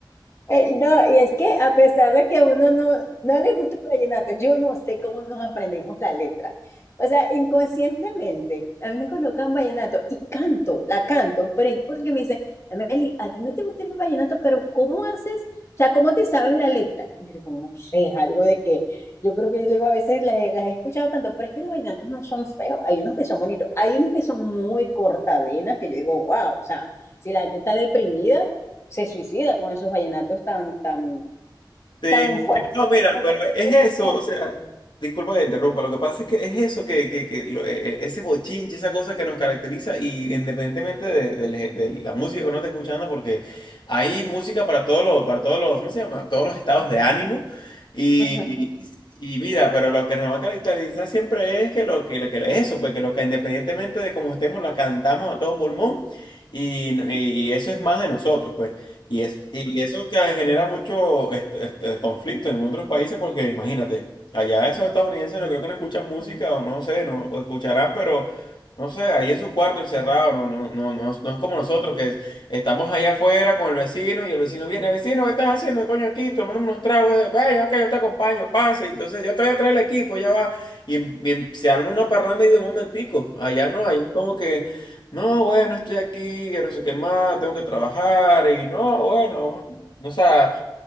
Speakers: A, on the left; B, on the left.
A: Eh, no, y es que a pesar de que uno no, no le gusta el vallenato, yo no sé cómo nos aprendemos la letra. O sea, inconscientemente, a mí me colocan vallenato y canto, la canto, pero es porque me dicen, Meli, a ti no te gusta el vallenato, pero ¿cómo haces? O sea, ¿cómo te sabes la letra? Y yo digo, no sé, es algo de que yo creo que yo le digo, a veces las, he las he escuchado tanto, pero es que los vallenatos no son feos, hay unos que son bonitos, hay unos que son muy cortavenas, que yo digo, wow, o sea, si la gente está deprimida se suicida con esos vallenatos tan, tan,
B: Sí,
A: tan fuertes.
B: no, mira,
A: tan fuertes,
B: pero es
A: deprimente.
B: eso, o sea, disculpa que te interrumpa, lo que pasa es que es eso, que, que, que lo- e- e- ese bochinche, esa cosa que nos caracteriza y independientemente de, de la de la música que uno esté escuchando, porque hay música para todos los, para todos los, ¿cómo se llama? Todos los estados de ánimo y,
A: Ujú.
B: y, y mira, pero lo que nos va a caracterizar siempre es que lo que, lo que es eso, porque lo que independientemente de cómo estemos, la cantamos a todo pulmón y, y y eso es más de nosotros, pues. Y, es, y eso que genera mucho este, este, conflicto en otros países porque imagínate, allá esos estadounidenses no creo que no escuchan música o no sé, no o escucharán, pero no sé, ahí en su cuarto encerrado, no, no, no, no, es no es como nosotros que es- estamos allá afuera con el vecino y el vecino viene, vecino, ¿qué estás haciendo, coño, aquí tomando unos tragos? Eh, Vaya, ok, yo te acompaño, pase, entonces yo te voy a traer el equipo, ya va. Y, y se arma una parranda y de un momentico, allá no, ahí es como que... No, bueno, estoy aquí, quiero no sé qué más, tengo que trabajar y no, bueno, o sea,